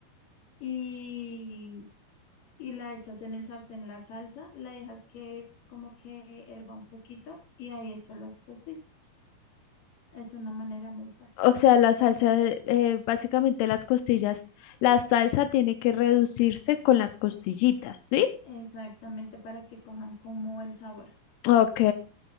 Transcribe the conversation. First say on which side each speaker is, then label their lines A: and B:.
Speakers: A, on the left; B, on the left.
A: y, y la echas en el sartén la salsa, la dejas que como que herva un poquito y ahí echas las costillas. Es una manera muy fácil.
B: O sea, la salsa, eh, básicamente las costillas, la salsa tiene que reducirse con las costillitas, ¿sí?
A: Exactamente, para que cojan como el sabor.
B: Ok.